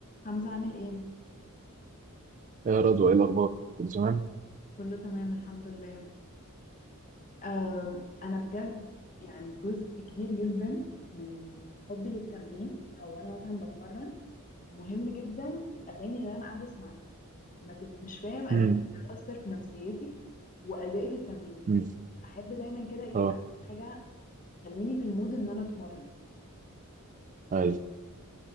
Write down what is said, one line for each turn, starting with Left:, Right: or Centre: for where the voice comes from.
Left: حمزة عامل ايه؟
Right: يا رضوى ايه الاخبار كله تمام
Left: كله تمام الحمد لله أم، انا بجد يعني جزء كبير جدا من حبي للتمرين او انا مثلا بتمرن مهم جدا الاغاني اللي انا قاعدة اسمعها ما تف... مش فاهم قد
Right: امم
Left: ايه بتأثر في نفسيتي وادائي في التمرين
Right: امم
Left: احب دايما كده ايه
Right: اه
Left: اسمع حاجة تخليني في المود ان انا اتمرن
Right: اي